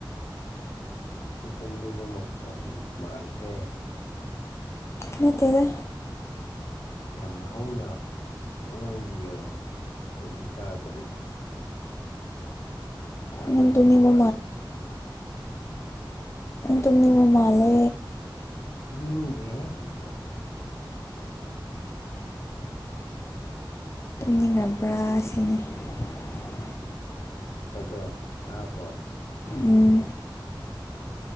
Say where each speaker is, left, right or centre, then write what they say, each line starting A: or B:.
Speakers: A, on the left (about 65°); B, on the left (about 35°).
A: ꯁꯨ ꯇꯅꯕꯨ ꯃ ꯃꯥꯂ ꯍꯦ
B: ꯅꯠꯇꯗ
A: ꯌꯥꯝ ꯍꯧꯅ ꯉꯥꯡꯕꯤꯌꯣ ꯑꯩꯗꯤ ꯇꯥꯗ꯭ꯔꯦ ꯇꯥꯕ
B: ꯅꯪ
A: ꯌꯥꯝꯕ
B: ꯇꯨꯝꯅꯤꯡꯕ
A: ꯋꯥꯑꯦ
B: ꯇꯨꯝꯅꯤꯕꯨ ꯃꯥꯂꯦ
A: ꯦ ꯀ <unintelligible>
B: <inaudible>
A: ꯑꯗꯣ ꯇꯥꯕꯣ
B: ꯎꯝ